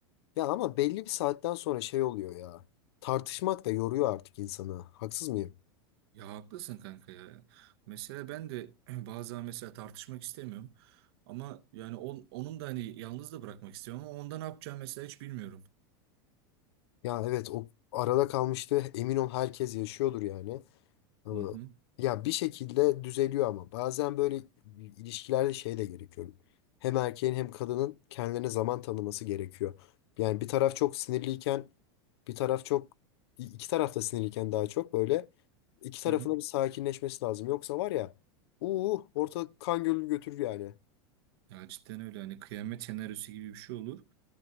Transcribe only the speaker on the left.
Ya ama belli bir saatten sonra şey oluyor ya. Tartışmak da yoruyor artık insanı. Haksız mıyım?
Ya evet o arada kalmıştı. Emin ol herkes yaşıyordur yani. Ama
ya bir şekilde düzeliyor ama bazen böyle ilişkilerde şey de gerekiyor. Hem erkeğin hem kadının kendilerine zaman tanıması gerekiyor. Yani bir taraf çok sinirliyken bir taraf çok iki taraf da sinirliyken daha çok böyle iki tarafında
bir sakinleşmesi lazım. Yoksa var ya uh ortalık kan gölünü götürür yani.